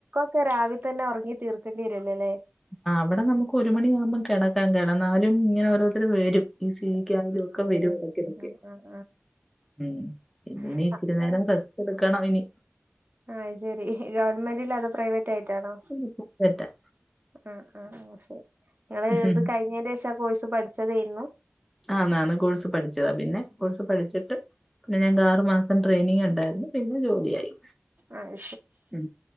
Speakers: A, on the right (about 45°); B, in the centre.
A: ഒക്കെ രാവിലെ തന്നെ ഉറങ്ങി തീർക്കേണ്ടി വരുല്ലോല്ലേ
B: ആ അവിടെ നമുക്ക് ഒരു മണിയാാവുമ്പോം കിടക്കാം കിടന്നാലും ഇങ്ങനെ ഓരോരുത്തർ വരും ഈ സീ ജിക്കായാലും
A: ആഹ്
B: ഒക്കെ
A: അതന്നെ
B: വരും ഇടക്കിടയ്ക്ക്
A: ആഹ് ആഹ്
B: ഉം ഇന്ന് ഇനി
A: ആഹ്
B: ഇച്ചിരി നേരം റസ്റ്റ്‌ എടുക്കണം ഇനി
A: ആഹ് അത് ശരി ഗവൺമെന്റ്ലാണോ അതോ പ്രൈവറ്റ് ആയിട്ടാണോ
B: <unintelligible> പ്രൈവറ്റ
A: ഉം ഉം ശരി നിങ്ങള് ഇത്
B: ഉം.
A: കഴിഞ്ഞതിന്റെ ശേഷം ആ കോഴ്സ് പഠിച്ചതായിരുന്നു
B: ആഹ് അന്ന് കോഴ്സ് പഠിച്ചതാ പിന്നെ കോഴ്സ് പഠിച്ചിട്ട് പിന്നെ ഞങ്ങക്ക് ആറു മാസം ട്രെയിനിങ് ഉണ്ടായിരുന്നു പിന്നെ ജോലിയായി
A: ആഹ്
B: ഉ